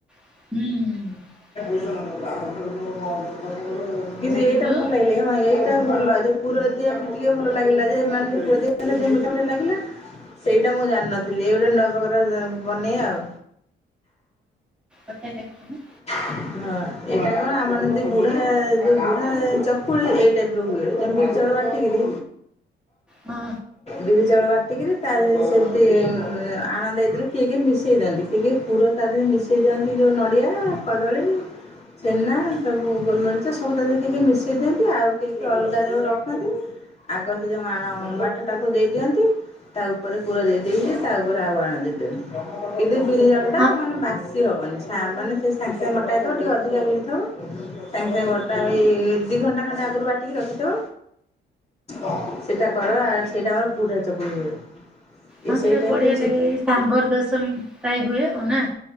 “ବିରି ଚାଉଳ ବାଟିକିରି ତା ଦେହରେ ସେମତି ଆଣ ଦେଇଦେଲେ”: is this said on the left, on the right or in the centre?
Left